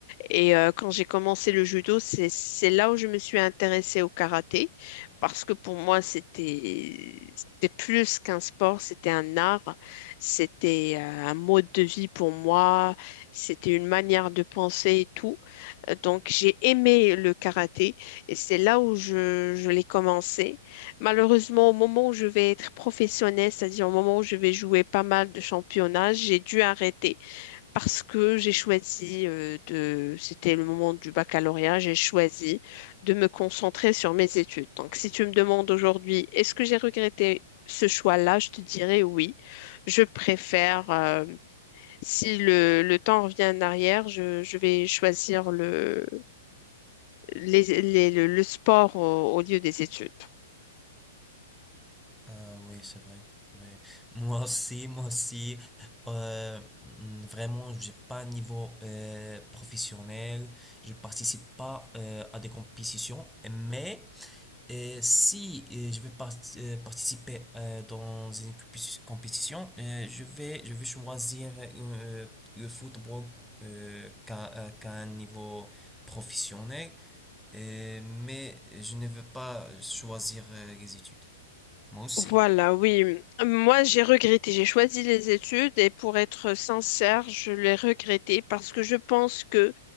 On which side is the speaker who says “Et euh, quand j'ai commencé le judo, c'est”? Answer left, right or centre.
Left